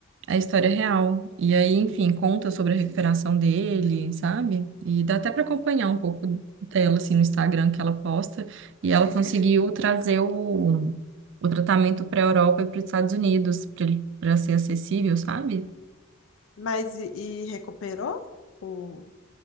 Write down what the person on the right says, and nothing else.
a história real. E aí, enfim, conta sobre a recuperação dele, sabe? E dá até para acompanhar um pouco dela, assim, no Instagram que ela posta. E ela conseguiu trazer o, o tratamento para a Europa e para os Estados Unidos, para ele, para ser acessível, sabe?